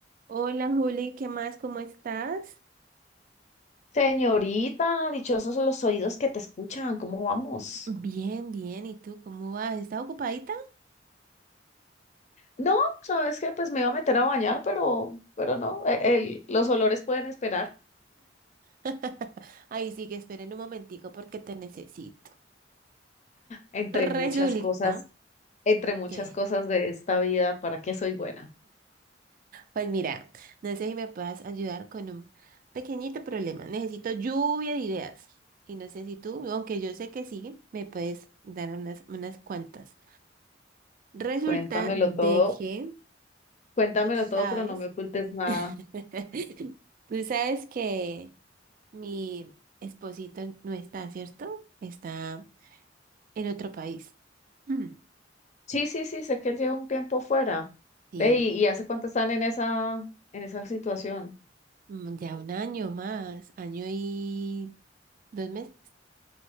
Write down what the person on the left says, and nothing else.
Señorita, dichosos los oídos que te escuchan, ¿cómo vamos?
No, sabes que pues me iba a meter a bañar, pero, pero no, e- el- los olores pueden esperar
entre muchas
cosas, entre muchas
cosas de esta vida, ¿para qué soy buena?
Cuéntamelo todo,
cuéntamelo
todo, pero no me ocultes nada.
Sí, sí, sí, sé que él lleva un tiempo fuera.
Ve, ¿y, y hace cuánto están en esa, en esa situación?